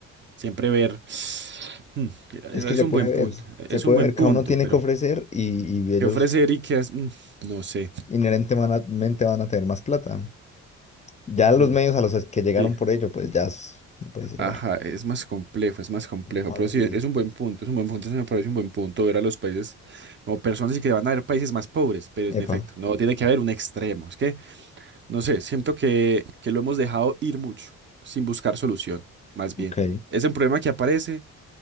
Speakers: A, on the right (about 40°); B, on the left (about 25°).
A: Siempre ver. <sighs> Hmm, e,
B: Es que
A: Es
B: se
A: un
B: puede
A: buen
B: ver,
A: punto, e,
B: se
A: es
B: puede
A: un buen
B: ver,
A: punto,
B: cada uno tiene
A: pero
B: que ofrecer y, y ellos
A: ¿qué ofrecer y qué hacer? No sé.
B: inherentemente van a tener más plata. Ya los
A: Mm.
B: medios a los que llegaron
A: Sí.
B: por ello, pues ya es- no puede decir,
A: Ajá,
B: bueno,
A: es más complejo, es más complejo,
B: más
A: pero
B: difícil.
A: sí, es un buen punto, es un buen punto, se me parece un buen punto ver a los países como personas y que van a haber países más pobres, pero es en
B: Epa,
A: efecto, no tiene que haber un extremo, es que, no sé, siento que, que lo hemos dejado ir mucho, sin buscar solución, más bien.
B: ok.
A: Es un problema que aparece,